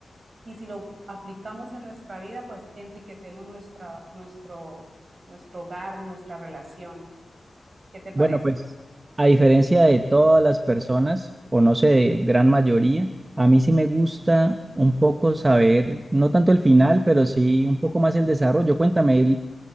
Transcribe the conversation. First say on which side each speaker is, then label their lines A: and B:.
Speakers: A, on the right; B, on the right.
A: Y si lo aplicamos en nuestra vida, pues enriquecemos nuestra, nuestro, nuestro hogar, nuestra relación. ¿Qué te parece?
B: Bueno, pues a diferencia de todas las personas, o no sé, de gran mayoría, a mí sí me gusta un poco saber, no tanto el final, pero sí un poco más el desarrollo. Cuéntame, él,